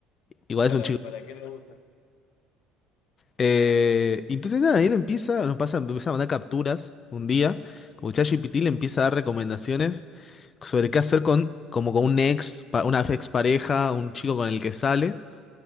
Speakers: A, on the left; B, on the left.
A: Igual
B: ¿Para,
A: es un chico.
B: para qué lo usas?
A: Eh, entonces nada, él empieza, nos pasa, empieza a mandar capturas un día, como ChatGPT le empieza a dar recomendaciones sobre qué hacer con, como con un ex, pa- una ex pareja, un chico con el que sale,